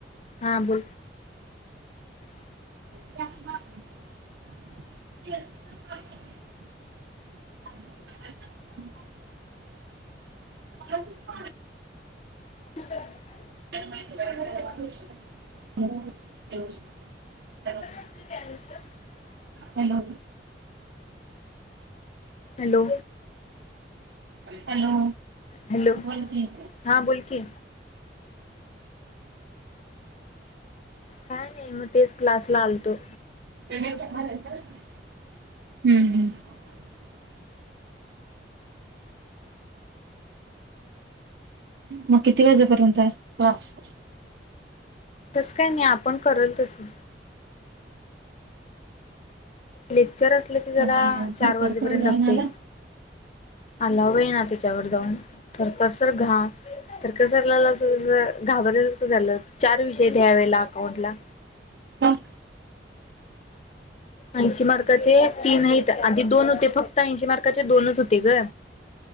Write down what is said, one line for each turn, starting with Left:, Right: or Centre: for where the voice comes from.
Left: हा बोल <unintelligible>
Right: <unintelligible> <unintelligible> <unintelligible>
Left: <unintelligible>
Right: <unintelligible>
Left: <unintelligible>
Right: हॅलो,
Left: हॅलो,
Right: हॅलो
Left: हॅलो
Right: बोल की,
Left: हां बोल की काय नाही मग तेच क्लास ला आलतो.
Right: हूं हूं म किती वाजेपर्यंत हाय क्लास?
Left: तसं काय नाही आपण करेल तसं. लेक्चर असलं की जरा
Right: आणि
Left: चार
Right: थरथरकडं
Left: वाजेपर्यंत
Right: जाऊन
Left: असतंय.
Right: आला?
Left: आलाव आहे ना. तिच्यावर जाऊन तर कसर घाव तरकसरलास घाबरयलच झालं चार विषय द्यावेेला अकाउंट ला.
Right: हम.
Left: ऐंशी मार्काचे तीन हाईत. आधी दोन होते फक्त ऐंशी मार्काचे दोनच होते ग.